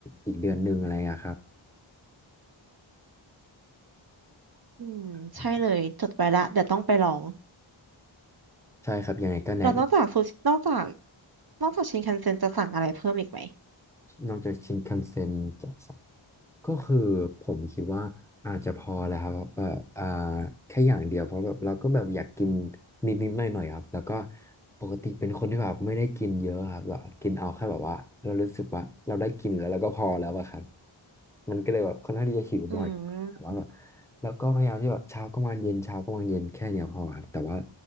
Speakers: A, in the centre; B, on the right.
A: อีกเดือนหนึ่งอะไรอะครับ
B: อืมใช่เลยจดไว้ละเดี๋ยวต้องไปลอง
A: ใช่ครับยังไงก็แนะ
B: แล้วนอกจากซูชินอกจากนอกจากชินคันเซ็นจะสั่งอะไรเพิ่มอีกไหม
A: นอกจากชินคันเซ็นจะสั่งก็คือผมคิดว่าอาจจะพอแล้วครับแบบอ่าแค่อย่างเดียวเพราะแบบเราก็แบบอยากกินนิดนิดหน่อยหน่อยๆครับแล้วก็ปกติเป็นคนที่แบบไม่ได้กินเยอะครับแบบกินเอาแค่แบบว่าเรารู้สึกว่าเราได้กินแล้วเราก็พอแล้วอะครับมันก็เลยแบบค่อนข้างที่จะหิวบ่อยแต่ว่าแบบ
B: อืม
A: แล้วก็พยายามที่แบบเช้าก็มาเย็นเช้าก็มาเย็นแค่เนี้ยพอครับแต่ว่า